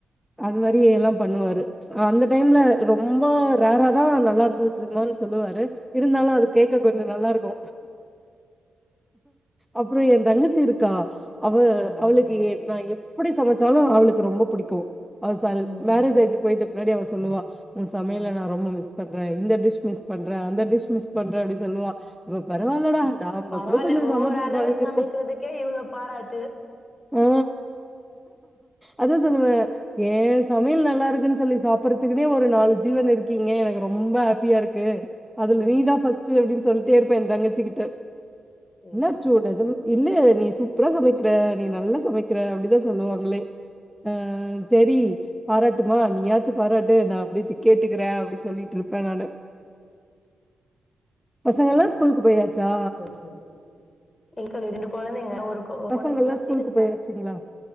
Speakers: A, in the centre; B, on the left.
A: அது மார் எல்லா பண்ணுவாரு அந்த டைம்ல ரொம்ப ரேராதா நல்லா இருந்துச்சுமானு சொல்லுவாரு இருந்தாலு அது கேக்க கொஞ்ச நல்லாருக்கு அப்புற எந்தங்கச்சி இருக்கா அவ
B: ம்
A: அவளுக்கு ஏ நா எ எப்பிடி சமைச்சாலு அவளுக்கு ரொம்ப புடிக்கு அவ சல்
B: ம்
A: மேரேஜ் ஆயிட்டு போய்ட்டு முன்னாடி அவ சொல்லுவா உ சமையல
B: ம்
A: நா ரொம்ப மிஸ் பண்ற இந்த டிஷ் மிஸ் பண்ற அந்த டிஷ் மிஸ் பண்ற அப்டின் சொல்லுவா இப்ப பரவாலடா நாம
B: பரவால்ல
A: கூட கொஞ்ச
B: ஓவொரு
A: சமைக்க
B: அளவுக்கு
A: பழகிருக்கோ
B: சமைக்கிறதுக்கே இவ்ளோ பாராட்டு
A: ஆ அதா சொல்லுவே ஏ சமையல் நல்லா இருக்குன்னு சொல்லி சாப் புரத்துக்குனே ஒரு நாலு ஜீவன் இருக்கீங்க எனக்கு ரொம்ப ஹேப்பியாருக்கு அதுல
B: ஆ
A: நீ தா ஃபர்ஸ்ட்டு அப்டின் சொல் தேர்ப்ப எந்தங்கச்சி கிட்ட
B: சேரி
A: என்னாச்சூடெது
B: சேரி
A: இல்ல நீ சூப்ரா சமைக்ற நீ நல்லா சமைக்ற அப்டிதா சொல்லுவாங்களே அஹ் சரி பாராட்டுமா நீயா துபாராட்டு நான் அப்டியச்சி கேட்டுக்கிறே அப்டி சொல்லிட்ருப்பே நானு பசங்கள்லாம்
B: ம்
A: ஸ்கூலுக்கு போயாச்சா?
B: செர் செர் என்க்கடி ரெண்டு கொழந்தைங்க ஒரு கொ
A: பசங்கள்லாம்
B: பொண்ணு இப்பதான்
A: ஸ்கூலுக்கு
B: சேருக்கே
A: போயாச்சுங்களா?